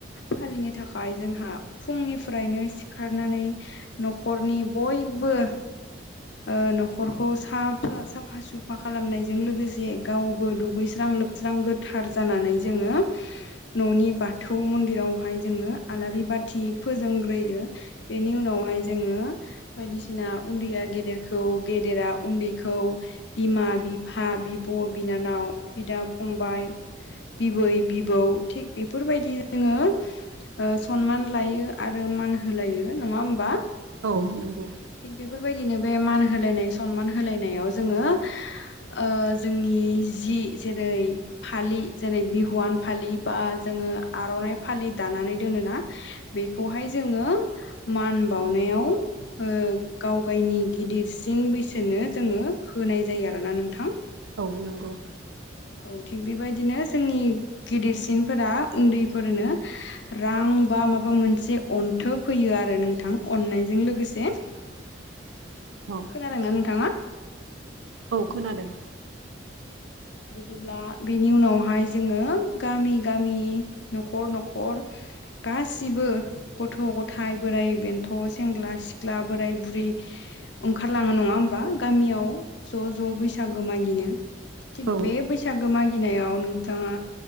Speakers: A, on the left (about 65°); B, on the right (about 80°).
A: फालिनो थाखाय जोंहा। फुंनिफ्रायनो सिखारनानै न'खरनि बयबो। ओ न'खरखौ साफ साफा-सुफा खालामनायजों लोगोसे गावबो दुगैस्रा लोबस्रां गोथार जानानै जोङो न'नि बाथौ मन्दिरावहाय जोङो आलारि बाथि। थि फोजोंग्रोयो बेनि उनावहाय जोङो बायदिसिना उन्दैया गेदेरखौ। गेदेरा उन्दैखौ बिमा-बिफा, बिब'-बिनानाव, बिदा-फंबाय। फंबाइ, बिबै-बिबौ थिग बेफोरबायदि जोङो ओ सनमान। लायो आरो मान होलायो नङा होमबा?
B: औ नंगौ।
A: थिग बेफोरबायदिनो बे मान होलायनाय सनमान होलायनायाव जोङो ओ जोंनि जि जेरै। जेरै फालि जेरै बिहुवान फालि बा जोङो आर'नाइ फालि दानानै दोनोना। बेखौहाय जोङो। मान बावनायाव ओ गाव गायनि गिदिरसिन बैसोनो जोङो। होनाय जायो आरोना नोंथां।
B: औ नंगौ
A: औ थिग बेबायदिनो जोंनि गिदिरसिनफोरा उन्दैफोरनो रां बा। माबा मोनसे अनथोब हैयो आरो नोंथां अन्नायजों लोगोसे।
B: <unintelligible> औ
A: खोनादोंना नोंथाङा?
B: औ खोनादों।
A: बिदिब्ला बेनि उनावहाय जोङो गामि-गामि, न'खर-न'खर। गासिबो गथ'-गथाय, बोराइ-बेन्थ', सेंग्रा-सिख्ला, बोराय-बुरि। ओंखारलाङो नङा होमबा गामियाव ज'-ज' बैसागो मागिनो? थिग
B: औ
A: बे बैसागो मागिनायाव नोंथाङा